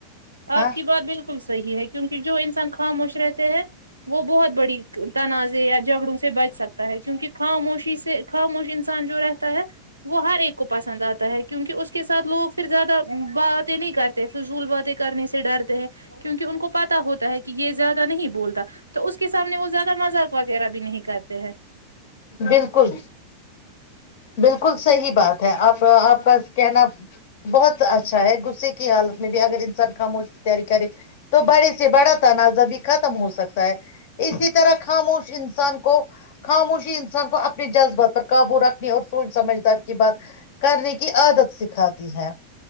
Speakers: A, on the left; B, on the right.
A: ہاں
B: آپ کی بات بالکل صحیح ہے کیونکہ جو انسان خاموش رہتے ہیں وہ بہت بڑی تنازع یا جگڑوں سے بچ سکتا ہے کیونکہ خ وشی سے خاموشی انسان جو رہتا ہے وہ ہر ایک کو پسند آتا ہے کیونکہ اس کے ساتھ لوگ پھر زیادہ باتیں نہیں کرتے فضول باتیں کرنے سے ڈرتے ہیں کیونکہ ان کو پتا ہوتا ہے کہ یہ زیادہ نہیں بولتا تو اس کے سامنے وہ زیادہ مذاق وغیرہ بھی نہیں کرتے ہیں
A: بالکل بالکل صحیح بات ہے آپ آپ کا کہنا بہت اچھا ہے غصے کی حالت میں بھی اگر انسان خاموش کی تیاری کرے تو بڑے سے بڑا تنازع بھی ختم ہو سکتا ہے اسی طرح خاموش انسان کو خاموشی انسان کو اپنے جذبات پر قابو رکھ اور سوچ سمجھدار کی بات کرنے کی عادت سکھاتی ہے